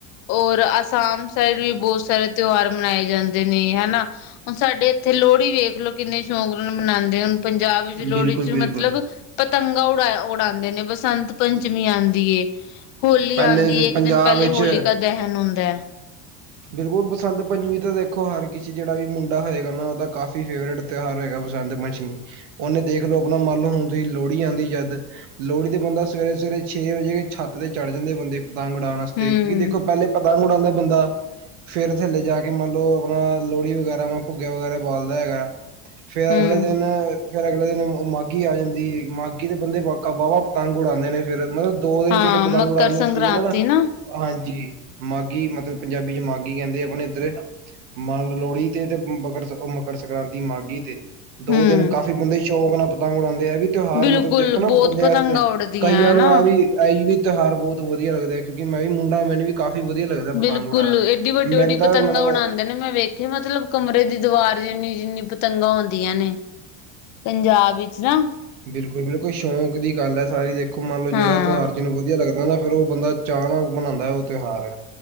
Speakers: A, on the left (about 60°); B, on the right (about 80°).
A: ਔਰ ਅਸਾਮ ਸਾਈਡ ਵੀ ਬਹੁਤ ਸਾਰੇ ਤੇਔਹਾਰ ਮਨਾਏ ਜਾਂਦੇ ਨੇ ਹੈਨਾ। ਹੁਣ ਸਾਡੇ ਏਥੇ ਲੋੜੀ ਵੇਖ ਲੋ ਕਿੰਨੇ ਸ਼ੌਂਕ ਨਾਲ ਮਨਾਦੇ, ਹੁਣ ਪੰਜਾਬ ਵਿੱਚ ਲੋਹੜੀ
B: ਬਿਲਕੁਲ
A: ਚ
B: ਬਿਲਕੁਲ
A: ਮਤਲਬ, ਪਤੰਗਾਂ ਉੜਾ-ਉੜਾਦੇ ਨੇ, ਬਸੰਤ ਪੰਚਮੀ ਆਦੀ ਏ, ਹੋਲੀ
B: ਪਹਿਲੇ
A: ਆਦੀ
B: ਵੀ
A: ਏ, ਇੱਕ
B: ਪੰਜਾਬ
A: ਦਿਨ ਪੈਲੇ
B: ਵਿੱਚ
A: ਹੋਲਿਕਾ ਦੈਹੈਨ ਹੁੰਦੈ।
B: ਬਿਲਕੁਲ ਬਸੰਤ ਪੰਜਮੀ ਤੇ ਦੇਖੋ, ਹਰ ਕਿਸੇ ਜੇੜਾ ਵੀ ਮੁੰਡਾ ਹੋਏਗਾ ਨਾ, ਔਦਾ ਕਾਫ਼ੀ ਫੇਵਰਟ ਤੇ ਔਹਾਰ ਹੈਗਾ ਬਸੰਤ ਪੰਚਮੀ, ਔਨੇ ਦੇਖ ਲੌ ਅਪਣਾ ਮੰਨ ਲੌ ਹੁਣ ਜੀ ਲੋੜੀ ਆਂਦੀ ਜਦ, ਲੋੜੀ ਤੇ ਬੰਦਾ ਸਵੇਰੇ-ਸਵੇਰੇ ਛੇ ਵਜੇ ਛੱਤ ਤੇ ਚੜ੍ਹ ਜਾਂਦੇ ਬੰਦੇ, ਪਤੰਗ ਉੜਾਨ ਆ ਸਤੇ,
A: ਹਮ
B: ਕਿਉਂਕਿ ਦੇਖੋ ਪੈਲੇ ਪਤੰਗ ਉੜਾਂਦਾ ਬੰਦਾ, ਫੇਰ ਥੱਲੇ ਜਾ ਕੇ ਮੰਨ ਲੌ, ਅਪਣਾ ਲੋੜੀ ਵਗੈਰਾ, ਭੁੱਗਿਆ ਵਗੈਰਾ ਖੁ ਆਲਦਾ ਹੈਗਾ। ਫੇਰ
A: ਹਮ
B: ਅਗਲੇ ਦਿਨ ਫੇਰ, ਗਲੇ ਦਿਨ ਮਾਘੀ ਆ ਜਾਂਦੀ ਈ। ਮਾਘੀ ਦੇ ਬੰਦੇ ਵਕ ਵਾਵਾ ਪਤੰਗ ਉੜਾਂਦੇ ਨੇ ਫਿਰ ਮੋ ਦੋ ਦਿਨ
A: ਹਾਂ
B: ਜੇੜੇ ਪਤੰਗ
A: ਮਕਰ
B: ਉੜਾਦੇ
A: ਸੰਕ੍ਰਾਂਤੀ
B: ਸੀ ਜਨ ਨਵਾਂ
A: ਨਾ
B: ਹਾਂਜੀ, ਮਾਘੀ ਮਤਲਬ, ਪੰਜਾਬੀ ਚ ਮਾਘੀ ਕੈਂਦੇ ਅਪਣੇ ਏਧਰੇ, ਮਨ ਲੋੜੀ ਤੇ, ਤੇ ਮਕਰ ਔ ਮਕਰ ਸੰਕ੍ਰਾਂਤੀ ਮਾਘੀ ਤੇ ਦੋ
A: ਹਮ
B: ਦਿਨ ਕਾਫੀ ਬੰਦੇ ਸ਼ੌਂਕ ਨਾ, ਪਤੰਗ ਉੜਾਦੇਂ, ਐ ਵੀ ਤਔਹਾਰ
A: ਬਿਲਕੁਲ
B: ਮਤਲਬ ਦੇਖੋ ਨਾ
A: ਬਹੁਤ
B: ਬੰਦੇ
A: ਪਤੰਗਾਂ
B: ਆਸਤੇ
A: ਉੱਡਦੀਆਂ
B: ਕਈਆਂ
A: ਹੈ ਨਾ।
B: ਨੂੰ ਆ ਵੀ ਐ ਵੀ ਤ ਔਹਾਰ ਬੋਤ ਵਧੀਆ ਲੱਗਦੇ, ਕਿਉਂਕਿ ਮੈਂ ਵੀ ਮੁੰਡਾ ਮੈਨੂੰ ਵੀ ਕਾਫ਼ੀ ਵਧੀਆ ਲੱਗਦਾ। ਪਤੰਗ
A: ਬਿਲਕੁਲ
B: ਉਡਾਉਣਾ
A: ਐਡੀ ਵੱਡੀ-ਵੱਡੀ
B: ਮੈਨੂੰ ਤਾਂ
A: ਪਤੰਗਾਂ
B: ਮਤਲਬ
A: ਉਡਾਣ ਕੈਂਦੇ ਨੇ ਮੈਂ ਵੇਖ, ਮਤਲਬ ਕਮਰੇ ਦੀ ਦੀਵਾਰ ਜਿੰਨੀ-ਜਿੰਨੀ ਪਤੰਗਾਂ ਹੋਂਦੀਆਂ ਨੇ, ਪੰਜਾਬ ਵਿੱਚ ਨਾ,
B: ਬਿਲਕੁਲ-ਬਿਲਕੁਲ ਸ਼ੌਂਕ ਦੀ ਗੱਲ ਐ ਸਾਰੀ, ਦੇਖੋ ਮੰਨ ਲਓ ਜਿਹੜਾ
A: ਹਾਂ
B: ਤੋਹਾਰ ਜਿਨੂੰ ਵਧੀਆ ਲੱਗ, ਕੈਂਦਾ ਫਿਰ ਔ ਬੰਦਾ ਚਾਹ ਨਾਲ ਮਨੋਂਦਾ ਔ ਤੇ ਔਹਾਰ,